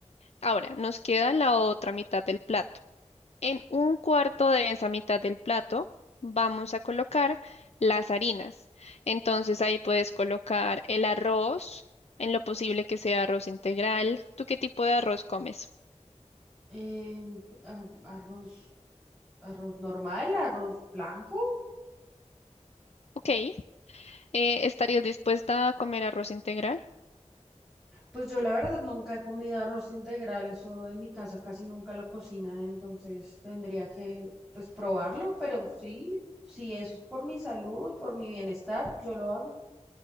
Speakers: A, on the left; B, in the centre.
A: Ahora, nos queda la otra mitad del plato. En un cuarto de esa mitad del plato vamos a colocar las harinas. Entonces ahí puedes colocar el arroz, en lo posible que sea arroz integral. ¿Tú qué tipo de arroz comes?
B: Eh, a- arroz, arroz normal, arroz blanco.
A: Ok, eh, ¿estarías dispuesta a comer arroz integral?
B: Pues yo la verdad nunca he comido arroz integral, eso en mi casa casi nunca lo cocinan, entonces tendría que pues probarlo, pero sí, si eso es por mi salud, por mi bienestar, yo lo hago.